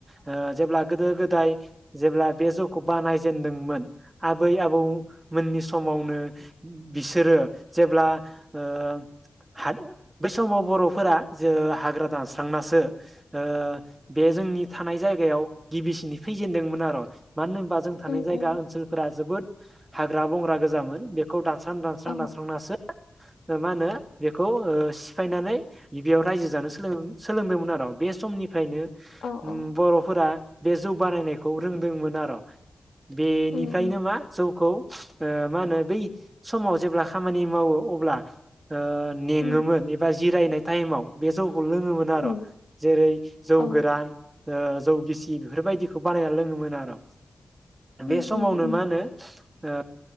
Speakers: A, on the right; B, on the left.
A: ओ जेब्ला गोदो गोदाय जेब्ला बे जौखौ बानाय जेनदोंमोन आबै आबौ मोननि सम समावनो बिसोरो जेब्ला ओ <unintelligible> बै समाव बर'फोरा जे हाग्रा दानस्रांनासो ओ बे जोंनि थानाय जायगायाव गिबिसिननि थैजेनदोंमोन आरो मानो होनोबा जों थानाय
B: उम
A: जायगा
B: उम
A: ओनसोलफोरा जोबोद हाग्रा बंग्रा गोजामोन बेखौ दानस्रां-दानस्रां
B: औ
A: दानस्रांनासो ओ मा होनो बेखौ सिफायनानै गिबियाव रायजो जानो सोलों सोलोंदोंमोन आरो बे सम निफ्रायनो
B: औ औ
A: बर'फोरा बे जौ बानायनायखौ रोंदोंमोन आरो बेनिफ्रायनो
B: उम उम
A: मा जौखौ ओ मा होनो बै समाव जेब्ला खामानि मावो अब्ला ओ नेेङोमोन
B: उम
A: एबा जिरायनाय टायेमाव बे जौ खौ लोङोमोन आरो।
B: उम
A: जेरै जौ
B: औ
A: गोरान ओ जौ गिसि बेफोरबायदिखौ बानायना लोङोमोन आरो।
B: उम
A: बे समावनो
B: उम उम
A: मा होनो ओ